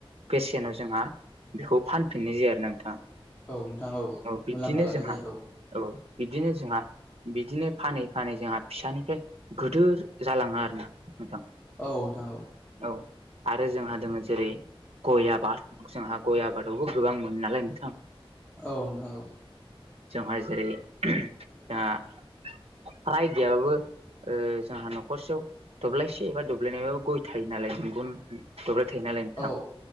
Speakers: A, on the right (about 85°); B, on the left (about 15°).
A: बेसेनाव जोंहा बेखौ फानफिननाय जायो आरो नोंथां।
B: औ नोंथां औ
A: बिब्दिनो
B: मुलाम्फा लानाय
A: जोंहा
B: जायो औ
A: औ बिब्दिनो जोंहा बिदिनो फानै फानै जोंहा फिसानिफ्राय गोदोर जालाङो आरो नोंथां।
B: औ नोंथां औ।
A: औ आरो जोंहा दोङो जेरै गय आबाद जोंहा गय आबादावबो गोबां मोनो नालाय नोंथां
B: औ नोंथां औ
A: जोंहा जेरै जोंहा फ्राइ गैयाबाबो जोंहा न'खरसेयाव दब्लायसे एबा दब्लायनैबाबो गय थायो नालाय नोंगुन दब्राय थायो नालाय नोंथां
B: औ